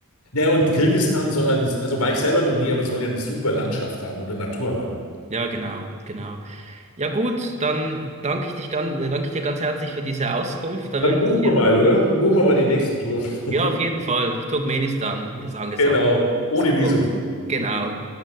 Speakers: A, on the left; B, on the right.
A: Ja, und Kirgisistan soll halt, eine- also war ich selber noch nie, aber soll ja eine super Landschaft haben oder Natur haben.
B: Ja, genau, genau. Ja, gut, dann danke ich dich ganz, danke ich dir ganz herzlich für diese Auskunft. Da
A: Dann
B: wünsche
A: buchen
B: ich dir,
A: wir mal, oder? Buchen wir mal die nächste Tour. <laughs>
B: ja, auf jeden Fall, Turkmenistan ist angesagt.
A: Genau, ohne
B: Super.
A: Visum.
B: Genau.